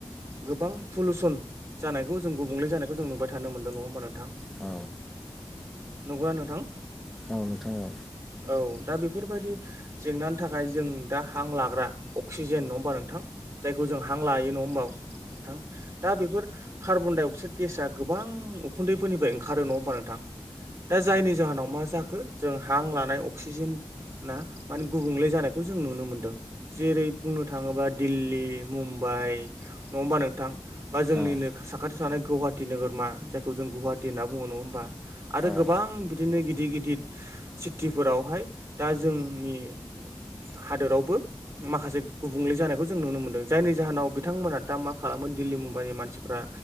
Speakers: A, on the right (about 30°); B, in the centre.
A: गोबां पलुसन जानायखौ जों गुबुंले जानायखौ जों नुबाय थादों थानो मोनदों नङा होमबा नोंथां
B: अ
A: नंगौना नोंथां
B: औ नोंथां औ
A: औ दा बेफोरबायदि जेंनानि थाखाय जों दा हां लाग्रा अक्सिजेन नङा होमबा नोंथां जायखौ जों हां लायो नङा होमबा नोंथां दा बेफोर कार्बन डाइ अक्साइद गेसा गोबां उखुन्दैफोरनिफ्राय ओंखारो नङा होमबा नोंथां दा जायनि जाहोनाव मा जाखो जों हां लानाय अक्सिजेन ना माने गुबुंले जानायखौ जों नुनो मोनदों जेरै बुंनो थाङोबा दिल्ली मुम्बाइ नङा होनबा नोंथां बा जोंनिनो
B: औ औ
A: साखाथियाव थानाय गुवाहाटटि नोगोर मा जायखौ जों गुवाहाटी होननानै बुङो आरो
B: औ
A: गोबां बिदिनो गिदिर गिदिर सिटी फोरावहाय दा जोंनि हादोरावबो माखासे गुबुंले जानायखौ जों नुनो मोनदों जायनि जाहोनाव बिथांमोना दा मा खालामो दिल्ली मुम्बाइनि मानसिफोरा